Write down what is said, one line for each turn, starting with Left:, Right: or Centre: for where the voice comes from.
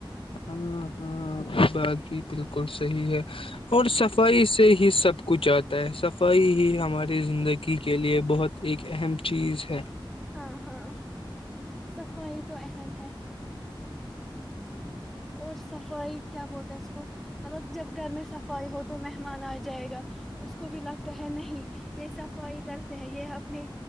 Left: ہاں ہاں بات بھی بالکل صحیح ہے
Centre: ہاں
Left: اور صفائی سے ہی سب کچھ آتا ہے صفائی ہی ہماری زندگی کے لیے بہت ایک اہم چیز ہے
Centre: ہاں ہاں صفائی تو اہم ہے اور صفائی کیا بولتا اس کو <inaudible> مطلب جب گھر میں صفائی ہو تو مہمان آ جائے گا اس کو بھی لگتا ہے نہیں یہ صفائی کرتے ہیں یہ اب اپنے